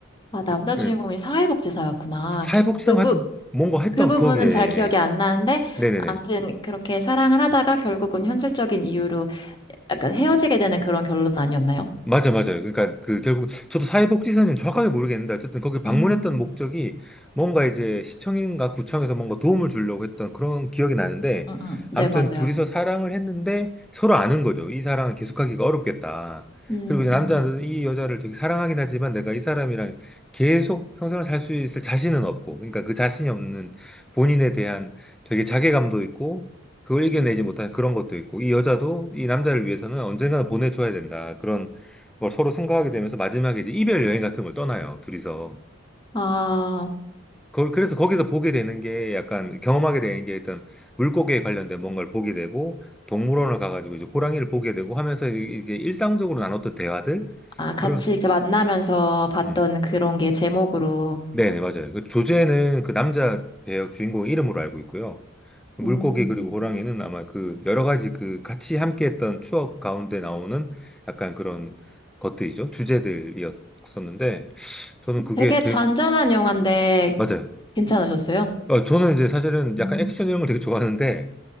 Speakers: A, on the left; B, in the centre.
A: 아, 남자
B: 그- 그
A: 주인공이 사회복지사였구나.
B: 사회복지사가
A: 그, 그 부,
B: 하여튼 뭔가 했던
A: 그 부분은
B: 거기에
A: 잘 기억이 안 나는데,
B: 네네네
A: 아무튼 그렇게 사랑을 하다가 결국은 현실적인 이유로 약간 헤어지게 되는 그런 결론 아니었나요?
B: 맞아, 맞아요. 그러니까 그 결국 저도 사회복지사는 정확하게 모르겠는데 어쨌든 거기 방문했던
A: 음,
B: 목적이 뭔가 이제 시청인가 구청에서 뭔가 도움을 주려고 했던 그런 기억이 나는데
A: 음, 음. 네,
B: 아무튼
A: 맞아요.
B: 둘이서 사랑을 했는데 서로 아는 거죠. 이 사랑을 계속하기가 어렵겠다.
A: 음,
B: 그리고 이제 남자는 이 여자를 되게 사랑하긴 하지만 내가 이 사람이랑 계속 평생을 살 수 있을 자신은 없고 그러니까 그 자신이 없는 본인에 대한 되게 자괴감도 있고 그걸 이겨내지 못하는 그런 것도 있고 이 여자도 이 남자를 위해서는 언젠가는 보내줘야 된다. 그런 걸 서로 생각하게 되면서 마지막에 이제 이별 여행 같은 걸 떠나요, 둘이서.
A: 아,
B: 그, 그래서 거기서 보게 되는 게 약간 경험하게 되는 게 일단 물고기에 관련된 뭔가를 보게 되고 동물원을 가가지고 이제 호랑이를 보게 되고 하면서 이- 이제 일상적으로 나눴던 대화들
A: 아, 같이
B: 그런
A: 이렇게 만나면서 봤던
B: 음.
A: 그런 게 제목으로.
B: 네네 맞아요. 그 조제는 그 남자 배역 주인공 이름으로 알고 있고요. 물고기
A: 음,
B: 그리고 호랑이는 아마 그 여러 가지 그 같이 함께했던 추억 가운데 나오는 약간 그런 것들이죠. 주제들이었었는데 저는 그게
A: 되게
B: 되게
A: 잔잔한 영화인데
B: 맞아요.
A: 괜찮으셨어요?
B: 어, 저는 이제 사실은 약간
A: 음.
B: 액션 이런 걸 되게 좋아하는데